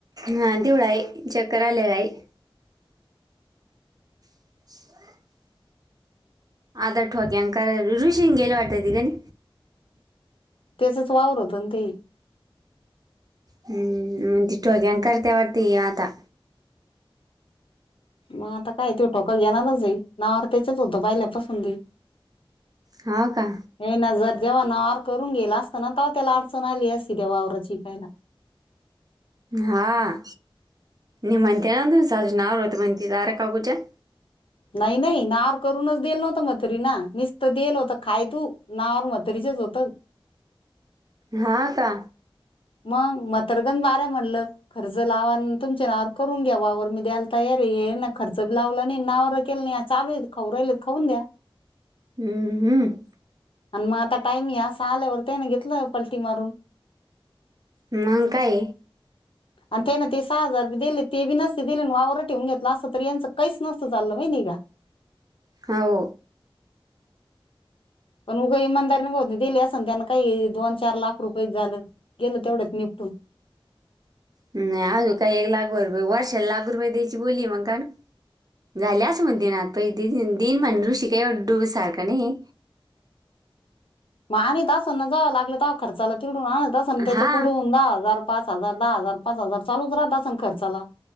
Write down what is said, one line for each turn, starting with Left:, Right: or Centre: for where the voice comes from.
Right: हा देवळ आहे चक्र आलेयला आहे <inaudible> आतार ठोक्या अंकार ऋषींग गेले वाटत त काणी
Left: त्याचाच वावर होतो ना ते
Right: हम्म तिठो घन करते वाटते आता
Left: मग आता काय ते ठोक घेणारच आहे नावर त्याच्याच होतं पहिल्यापसूनी
Right: होा का
Left: हे ना जर जे्हाणा आार करून गेला असताना तव त्याला अडचण आली असती त्या वावराचीिपाहायला
Right: हां नि मध्याहन सहज नाव होत मंदार कागूजा
Left: नाही नाही नार करूनच देल नव्हत मथरी ना निसत देल होत खाय तू नार मथरीचच होतं
Right: हा का
Left: मग मथरगन वाऱ्या म्हणलं खर्च लावा तुमच्या नावावर करून घ्यावर मी द्यायला तयार हे ना खर्च बी लावला नाही नाववर केलं नाही चालू आहे ख राहिल खाऊन द्या
Right: हम्म हम्म
Left: आणि मग आता टाईम या अस आल्यावर ते ना घेतलं पलटी मारून
Right: म काय
Left: आणि त्याना ते सहा हजार दिले ते बी नसते दिले वावर ठेवून घेतलं अस तर यांचं काहीच नसं चाललं माहि निघा
Right: हो
Left: पण उगं इमानदारीनेत दिली असं ना त्यांना काही दोन चार लाख रुपये झालं गेलं तेवढ्याच निपटून
Right: नाही अजू काय एक लाख वर रुपये वर्षाला लाख रुपये द्यायची बोलली मग का ना झाल्या अस मग दिनात प दिन म्हण ऋषी का एव डुब सारखा नाही
Left: मग आणि तास ना जावं लागलं खर्चाला तिडून ना तस ना त्याच्या
Right: हा
Left: कुडून दहा हजार पाच हजार दहा हजार पाच हजार चालूच राहत सग खर्चाला